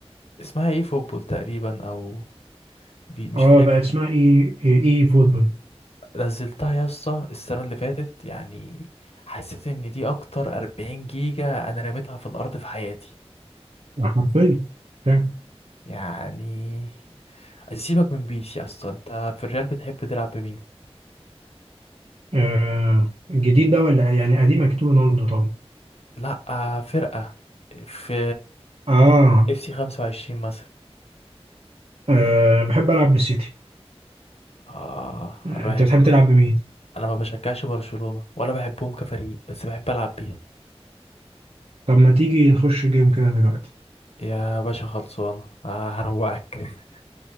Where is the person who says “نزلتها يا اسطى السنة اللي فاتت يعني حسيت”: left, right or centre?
Left